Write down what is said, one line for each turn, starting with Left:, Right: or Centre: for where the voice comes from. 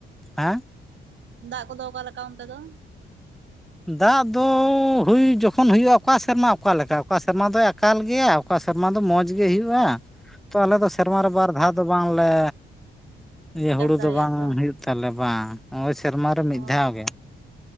Centre: ᱦᱮᱸ
Right: ᱫᱟᱜ ᱠᱚᱫᱚ ᱚᱠᱟ ᱞᱮᱠᱟ ᱚᱱᱛᱮ ᱫᱚ?
Centre: ᱫᱟᱜ ᱫᱚ ᱦᱩᱭ ᱡᱚᱠᱷᱚᱱ ᱦᱩᱭᱩᱜᱼᱟ ᱚᱠᱟ ᱥᱮᱨᱢᱟ ᱚᱠᱟ ᱞᱮᱠᱟ ᱚᱠᱟ ᱥᱮᱨᱢᱟ ᱫᱚ ᱟᱠᱟᱞ ᱜᱮᱭᱟᱭ ᱚᱠᱟ ᱥᱮᱨᱢᱟ ᱫᱚ ᱢᱚᱡᱽ ᱜᱮ ᱜᱮ ᱦᱩᱭᱩᱜᱼᱟ ᱛᱚ ᱟᱞᱮ ᱫᱚ ᱥᱮᱨᱢᱟ ᱨᱮ ᱵᱟᱨ ᱫᱷᱟᱣ ᱫᱚ ᱵᱟᱝ ᱞᱮ ᱤᱭᱟᱹ
Right: ᱪᱟᱥ
Centre: ᱦᱩᱲᱩ
Right: ᱫᱟᱲᱮᱭᱟᱜᱼᱟ
Centre: ᱫᱚ ᱵᱟᱝ
Right: ᱛᱚ
Centre: ᱦᱩᱭᱩᱜ ᱛᱟᱞᱮ ᱵᱟᱝ ᱱᱚᱜᱼᱚᱭ ᱥᱮᱨᱢᱟᱨᱮ ᱢᱤᱫ
Right: ᱚ
Centre: ᱫᱷᱟᱣ ᱜᱮ